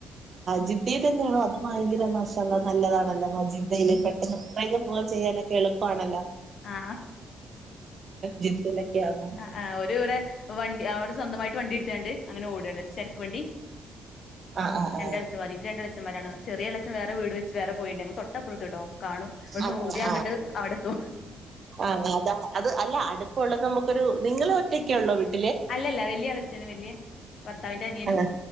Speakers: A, on the right; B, on the left.
A: ജിദിയ തന്നെയണോ ഭയങ്കര മാഷാഅള്ള നല്ലതാണല്ലോ മജിദയിലൽ പെട്ടെന്ന് മുമ്പൈക്ക പോകൻ ചെയ്യാനൊക്കെ എളുപ്പണല്ലോ
B: ആ
A: ജിദ്ദയിലൊക്കെ ആവുമ്പോ
B: ആ ആ ഒരു ഇവിടെ വണ്ടി അവര് സ്വന്തമായി വണ്ടി എടുത്തണ്ട് അങ്ങനെ ഓട ചരക്ക് വണ്ടി
A: ആ ആ
B: രണ്ടാച്ച
A: ആ
B: മതി രണ്ടാ ര ചെറിയ ഇളേച്ചൻ വേറേ വീട് വേറെ പോയിണ്ടെ തൊട്ടപ്പുറത്ത കേട്ടോ കാണും ഇവിടുന്ന്
A: ആ
B: ഊതി അങ്ങിട്ട്
A: ആ
B: അവിടെത്ത
A: ആ അത അത് അല്ല അടുപ്പ ഉള്ളത് നമുക്കൊരു നിങ്ങളെ ഒറ്റക്കെ ഉള്ളോ വിട്ട
B: അല്ലല്ല വല്യ അളച്ചേന് വല്യ ഭർത്താവിന്റെ അനിയനും
A: ആ